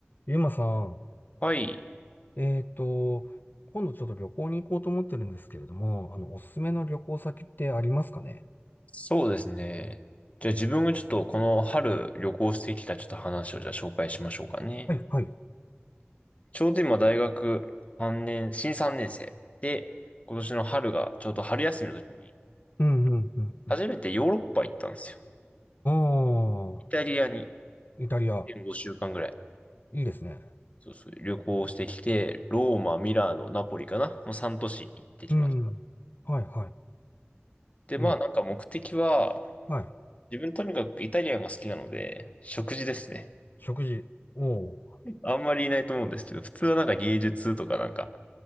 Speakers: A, on the left (about 50°); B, on the left (about 35°).
A: ゆうまさん、
B: はい。
A: えっと、今度ちょっと旅行に行こうと思ってるんですけれども、あの、おすすめの旅行先ってありますかね
B: そうですね。じゃあ自分がちょっとこの春旅行してきたちょっと話をじゃあ紹介しましょうかね。
A: はい、はい。
B: ちょうど今大学3年、新3年生で、今年の春がちょうど春休みの時に
A: うん、うん、うん、
B: 初めてヨーロッパ行ったんですよ。
A: うん。ああ、
B: イタリアに
A: イタリア、
B: 5週間ぐらい。
A: いいですね。
B: そうそう、旅行してきて、ローマ、ミラーノ、ナポリかなの3都市行ってきました。
A: うん。はい、は
B: で、まあなんか目的は、
A: い。いいのか。はい。
B: 自分とにかくイタリアンが好きなので、食事ですね。
A: 食事。おお。
B: あんまりいないと思うんですけど、普通はなんか芸術とかなんか、